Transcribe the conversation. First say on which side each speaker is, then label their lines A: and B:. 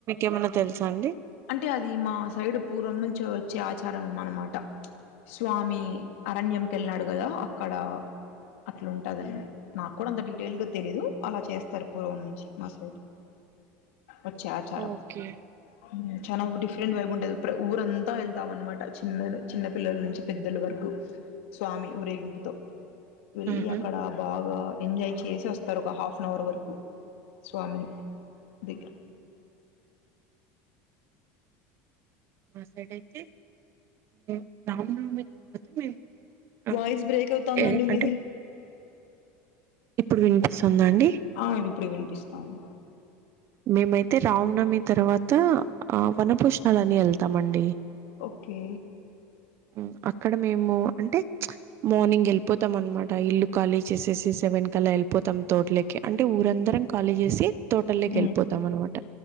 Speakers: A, on the right; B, on the left.
A: ఏమైన్నా తెలుసా అండి.
B: అంటే అది మా సైడు పూర్వం నుంచి వచ్చే ఆచారం అనమాట. స్వామి అరణ్యం కేళ్ళాడు కదా అక్కడ. అట్లా ఉంటాదని నాకు కూడా అంత డీటెయిల్ గా తెలీదు అలా చేస్తు. తరపులోనుంచి మా సైడ్ వచ్చే ఆచారం
A: ఓకే
B: ఉమ్మ్ చానా డిఫరెంట్ వైబ్ ఉంటది ప్ర ఊరంతా వెళ్తాం అన్నమాట చిన్నన చిన్న పిల్లల నుంచి పెద్దల వరకు స్వామి ఊరేగింపుతో వెళ్ళి
A: ఆహా
B: అక్కడ బాగా ఎంజాయ్ చేసి వస్తారు ఒక హాఫ్ అన్ అవర్ వరకు స్వామిని దగ్గర
A: మా సైడ్ అయితే ఆ రామనవమి తర్వాత మేము ఆ
B: వాయిస్ బ్రేక్ అవుతాందండి
A: ఏ అంటే
B: మీది
A: ఇప్పుడు వినిపిస్తుందా అండి
B: ఆ ఇప్పుడు వినిపిస్తాంది
A: మేమైతే రామనవమి తర్వాత ఆ వనభోజనాలని ఎళ్తామండి
B: ఓకే
A: ఆ అక్కడ మేము అంటే మార్నింగ్ ఎళ్ళిపోతాం అనమాట ఇల్లు ఖాళీ చేసేసి సెవెన్ కాలా ఎళ్ళిపోతాం తోటలే కే అంటే ఊరందరం ఖాళీ చేసి తోటల్లేకి
B: మ్మ్
A: ఎళ్ళిపోతాం అనమాట